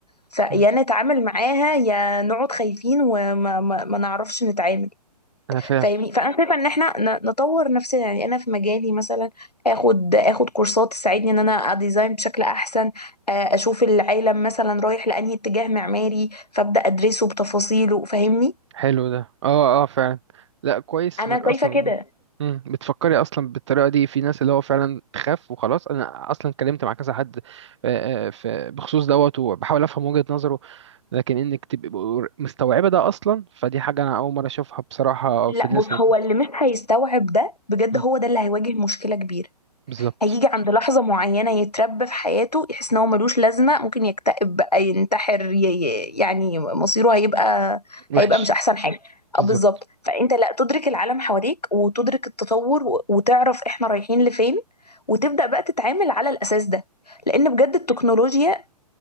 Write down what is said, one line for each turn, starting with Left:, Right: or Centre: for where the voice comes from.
Left: فيا
Right: مم.
Left: نتعامل معاها يا نقعد خايفين وما ما ما نعرفش نتعامل
Right: انا فاهم
Left: فاهمني فانا شايفه ان احنا ن- نطور نفسنا يعني انا في مجالي مثلا اخد اخد كورسات تساعدني ان انا اديزاين بشكل احسن آه، اشوف العالم مثلا رايح لانهي اتجاه معماري فابدا ادرسه بتفاصيله فاهمني
Right: حلو ده اه اه فعلا لا كويس
Left: انا
Right: انك اصلا
Left: شايفه كده
Right: مم. بتفكري اصلا بالطريقه دي في ناس اللي هو فعلا تخاف وخلاص انا اصلا اتكلمت مع كذا حد آه، آه، في بخصوص دوت وبحاول افهم وجهه نظره لكن انك تبقي مستوعبه ده اصلا فدي حاجه انا اول مره اشوفها بصراحه
Left: لا
Right: في الناس
Left: بص
Right: اللي-
Left: هو اللي مش هيستوعب ده بجد
Right: مم.
Left: هو ده اللي هيواجه مشكله كبيره
Right: بالظبط
Left: هيجي عند لحظة معينة يتربى في حياته يحس ان هو ملوش لازمة ممكن يكتئب بقى ينتحر ي... ي- يعني مصيره هيبقى
Right: وحش
Left: هيبقى مش احسن حاجة
Right: بالظبط
Left: اه بالظبط فانت لا تدرك العالم حواليك وتدرك التطور و... وتعرف احنا رايحين لفين وتبدأ بقى تتعامل على الاساس ده لان بجد التكنولوجيا